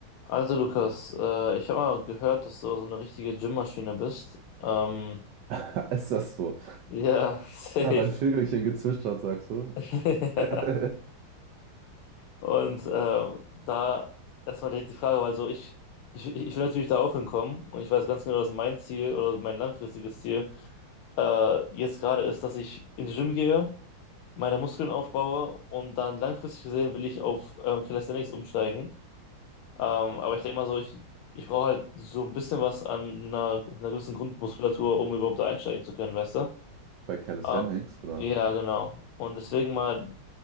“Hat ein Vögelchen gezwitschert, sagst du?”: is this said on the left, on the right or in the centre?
Right